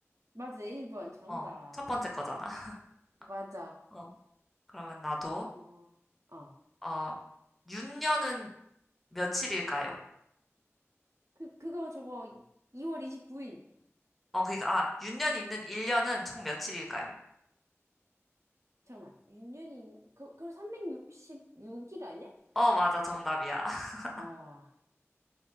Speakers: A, on the right; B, in the centre.
A: 맞아, 1번 정답.
B: 어, 첫 번째 거잖아. <laughs>
A: 맞아.
B: 어, 그러면 나도,
A: 어, 어.
B: 어, 윤년은 며칠일까요?
A: 그, 그거 저거 2월 29일.
B: 어, 그니까, 아, 윤년이 있는 1년은 총 며칠일까요?
A: 잠깐만. 윤년이, 그, 그럼 366일 아니야?
B: 어, 맞아, 정답이야. <laughs>
A: 아,